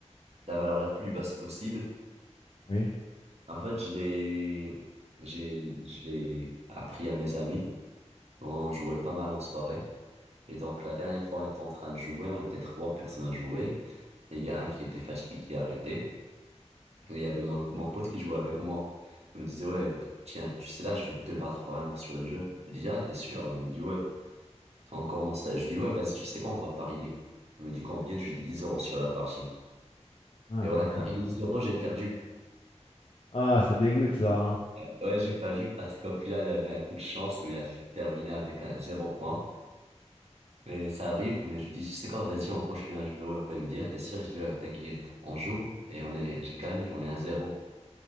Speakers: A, on the right; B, on the left.
A: la valeur la plus basse possible.
B: Oui.
A: En fait, je l'ai, j'ai, je l'ai appris à mes amis. On jouait pas mal en soirée. Et donc, la dernière fois, on était en train de jouer, on était trois personnes à jouer. Et il y a un qui était fatigué qui a arrêté. Et il y avait mon, mon pote qui jouait avec moi. Il me disait, ouais, tiens, tu sais là, je vais te battre vraiment sur le jeu. Je lui dis, ah, t'es sûr? Il me dit, ouais. On commence à... Je dis, ouais, vas-y, tu sais quoi, on va parier. Il me dit combien? Je lui dis 10 euros sur la partie.
B: Ah
A: Et on
B: d'accord.
A: a parié 10 euros, j'ai perdu.
B: Ah, ça dégoûte ça, hein.
A: Euh, Ouais, j'ai perdu parce qu'au final, il avait un coup de chance où il a fait terminer avec un zéro point. Et ça arrive, mais je lui dis, tu sais quoi, vas-y, on continue à jouer. Il me dit, ah, t'es sûr? Je dis, ouais, t'inquiète, on joue et on est, je gagne, on est à zéro.